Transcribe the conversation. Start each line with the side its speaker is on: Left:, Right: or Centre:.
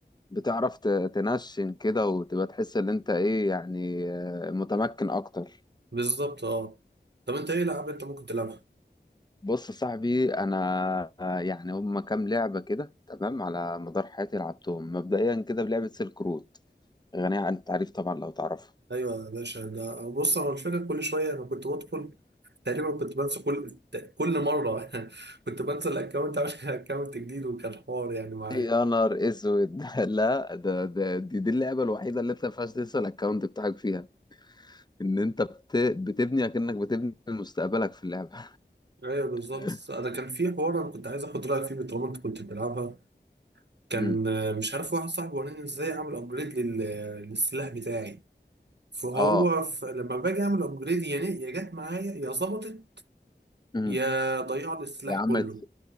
Left: بتعرف ت- تنشن كده وتبقى تحس ان انت ايه يعني آه، متمكن اكتر
Right: بالظبط أه طب أنت إيه ألعاب أنت ممكن تلعبها؟
Left: بص يا صاحبي انا يعني هم كام لعبه كده تمام على مدار حياتي لعبتهم مبدئيا كده بلعبه سيلك رود غنيه عن التعريف طبعا لو تعرفها
Right: ايوه يا باشا ده بص هو الفكره كل شويه انا كنت بدخل تقريبا كنت بنسى كل كل مره <laughs> كنت بنسى الاكونت عامل اكونت جديد وكان حوار يعني معايا
Left: يا نهار اسود <laughs> لا ده, ده دي, دي اللعبه الوحيده اللي انت ما ينفعش تنسى الاكونت بتاعك فيها ان انت بت بتبني اكنك بتبني مستقبلك في اللعبه
Right: ايوه بالظبط
Left: <laughs>
Right: انا كان في حوار انا كنت عايز اخد رايك فيه طالما انت كنت بتلعبها كان
Left: امم
Right: آه، مش عارف واحد صاحبي وراني ازاي اعمل ابجريد لل... للسلاح بتاعي فهو
Left: اه
Right: ف... لما باجي اعمل ابجريد يعني يا جت معايا يا ظبطت
Left: امم
Right: يا ضيع لي السلاح
Left: يا
Right: كله
Left: عملت